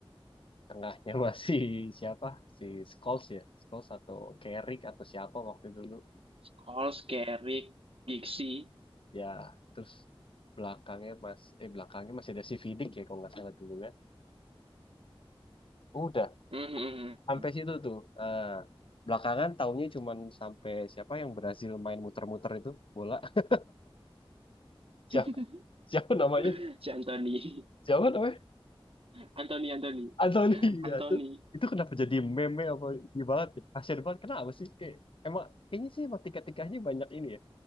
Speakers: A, on the left; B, on the right.
A: tengahnya <laughs> masih siapa si Scholes ya Scholes atau Carrick atau siapa waktu dulu
B: Scholes, Carrick, Gixi,
A: ya terus belakangnya mas eh belakangnya masih ada si Vidic ya kalau nggak salah dulu ya udah
B: hmm, hmm,
A: sampai
B: hmm, hmm.
A: situ tuh. Eh, belakangan taunya cuman sampai siapa yang berhasil main muter-muter itu bola. <laughs>
B: <laughs>
A: Siapa, siapa namanya?
B: si Anthony,
A: Siapa namanya?
B: Anthony, Anthony,
A: Anthony
B: Anthony.
A: ya tuh. Itu kenapa jadi meme apa ini banget ya? Kasian banget. Kenapa sih? Kayak, emang kayaknya sih emang tiga-tiganya banyak ini ya.